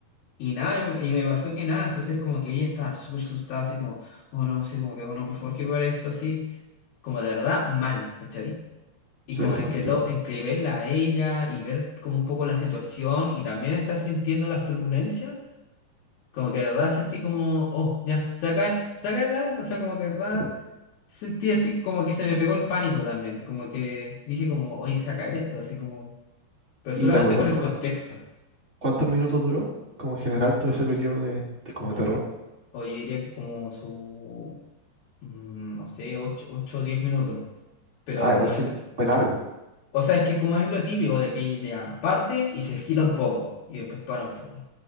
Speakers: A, on the left; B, on the right.
A: Y nada, y me pasó que nada, entonces como que ella estaba súper asustada, así como, oh no, así como que, oh no, por favor, que ver esto así, como de verdad mal, ¿cachai? Y
B: Sí,
A: como
B: sí,
A: en
B: te entiendo.
A: que, to- en que verla a ella y ver como un poco la situación y también estar sintiendo las turbulencias, como que de verdad sentí como, oh, ya, se va a caer, se va a caer el avión. O sea, como que de verdad
B: Ya.
A: sentí así como que se me pegó el pánico también. Y como que dije como, oye, se va a caer esto, así como, pero
B: ¿Y
A: solamente
B: te acordás
A: por el
B: cuánto-
A: contexto.
B: cuántos minutos duró? Como en general todo ese periodo de, de como
A: Mm,
B: de terror.
A: oye, diría que como su, mm, no sé, ocho ocho o 10 minutos. Pero
B: Ah, igual
A: como
B: fue,
A: el, sen-
B: fue largo.
A: o sea, es que como es lo típico de que ya parte y se gira un poco y después para un poco.